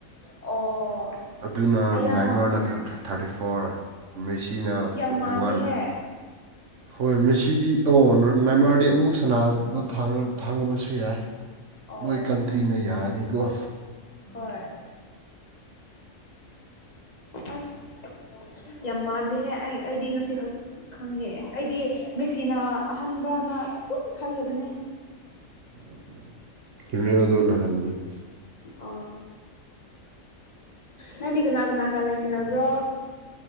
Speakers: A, on the left; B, on the right.
A: ꯑꯣ
B: ꯑꯗꯨꯅ
A: ꯑꯌꯥ
B: ꯅꯥꯏꯃꯔꯅ ꯊꯥꯔꯇꯤ ꯐꯣꯔ ꯃꯦꯁꯤꯅ
A: ꯌꯥꯝ
B: ꯐꯣꯔꯇꯤ
A: ꯃꯥꯟꯗꯦꯍꯦ
B: ꯋꯥꯟ ꯍꯣꯏ ꯃꯁꯤꯗꯤ ꯑ ꯥꯏꯃꯥꯔꯗꯤ ꯑꯃꯨꯛ ꯁꯥꯟꯅꯕ ꯐꯥꯡꯉꯕꯁꯨ ꯌꯥꯏ
A: ꯑꯣ
B: ꯃꯣꯏ ꯀꯟꯇ꯭ꯔꯤꯅ ꯌꯥꯔꯗꯤꯀꯣ
A: ꯍꯣꯏ ꯑꯁ ꯌꯥꯝ ꯃꯥꯟꯗꯦꯍꯦ ꯑꯩ ꯑꯩꯗꯤ ꯉꯁꯤ ꯈꯛ ꯈꯪꯉꯦꯍꯦ ꯑꯩꯗꯤ ꯃꯦꯆꯅꯥ ꯑꯍꯕ꯭ꯔꯥ ꯝ ꯈꯜꯂꯤꯕꯅꯦ
B: ꯔꯣꯅꯥꯜꯗꯣꯅ ꯍꯟꯕꯅꯦ
A: ꯑꯣ ꯅꯅꯤ ꯀꯧꯕ ꯅꯥꯒꯥ ꯃꯥꯒꯥ ꯂꯩ ꯃꯤꯅꯥꯕ꯭ꯔ